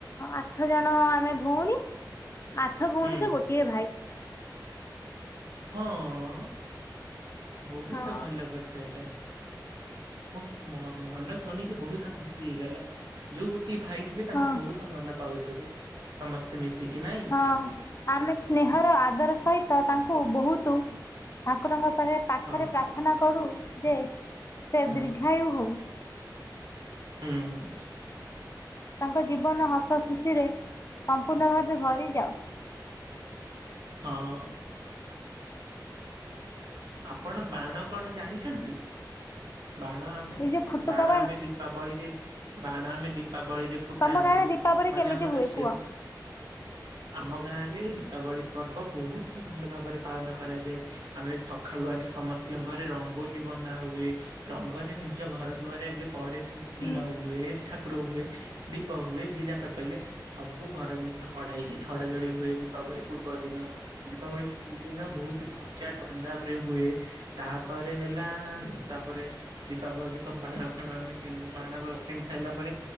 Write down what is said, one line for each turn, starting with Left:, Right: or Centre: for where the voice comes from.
Left: ଆଠ ଜଣ ଆମେ ଭଉଣୀ ଆଠ ଭଉଣୀରେ
Right: ହୁଁ
Left: ଗୋଟିଏ ଭାଇ।
Right: ହଁଅ ବହୁତ
Left: ହଁ
Right: ଭଲ କଥା ଏଟା ମୁଁ ମ ମନ ଶୁନିକି ବହୁତ ଖୁସି ହେଇଗଲା ଯୋଉ ଗୋଟିଏ ଭାଇ ଥିବେ ତାଙ୍କୁ
Left: ହଁ
Right: ବହୁତ ଭଲ ପାଉଥିବେ। ସମସ୍ତେ ମିଶିକି ନାଇଁ
Left: ହଁ ଆମେ ସ୍ନେହର ଆଦର ସହିତ ତାଙ୍କୁ ବହୁତୁ ଠାକୁରଙ୍କ ପାରେ ପାଖରେ
Right: ହଁ
Left: ପ୍ରାପ୍ ପ୍ରାର୍ଥନା କରୁ ଯେ ସେ
Right: ହଁ
Left: ଦୀର୍ଘାୟୁ ହଉ।
Right: ହୁଁଉ।
Left: ତାଙ୍କ ଜୀବନ ହସ ଖୁସିରେ ସମ୍ପୂର୍ଣ୍ଣ ଭାବେ ଭରିଯାଉ।
Right: ହଁଅ। ଆପଣ ବାଣ କଣ ଜାଣିଛନ୍ତି? ବାଣ ଆମେ
Left: ଏଇ ଯୋଉ ଫୁଟୁକା
Right: ବାଣ ଆମେ ଦୀ ପାବଳିରେ ବାଣ ଆମେ ଦୀପାବଳିରେ ଫୁଟାଣୁ
Left: ତମ ଗାଁରେ ଦୀପାବଳି
Right: ମାନେ
Left: କେମିତି
Right: ଆମର
Left: ହୁଏ
Right: ସେଲ
Left: କୁହ
Right: ଆମ ଗାଁ ରେ ଦୀପାବଳି ପର୍ବ ବହୁତ ହି ଭଲ ଭାବରେ ପାଳନ କରାଯାଏ। ଆମେ ସ ସଖାଳୁ ଆଗେ ସମସ୍ତିଙ୍କ ଘରେ ରଙ୍ଗୋଲି ବନା ହୁଏ ରଙ୍ଗରେ ନିଜ ଘର ଦୁଆରେ ଆଗେ ପଡେ ବୁ ଫୁଲ
Left: ହୁଁ
Right: ହୁଏ, ଠାକୁର ହୁଏ, ଦୀପ ହୁଏ, ଯିଏ ଜା କରି ପାଇଲେ। ସବୁ ଘର ଜିନିଷ କଢା ହେଇକି ଝଡା ଝଡି ହୁଏ ଦୀପାବଳି ପୂର୍ବ ଦିନ। ଦୀପାବଳି ଦିନ ବହୁତ କୁଜା ଧୁମଧାମ ରେ ହୁଏ। ତାପରେ ହେଲାଆ ତାପରେ ଦୀପାବଳିରେ ତ ବାଣ ଫାଣ ଆମେ କିଣୁ ବାଣ ବ କିଣି ସାଇଲା ପରେ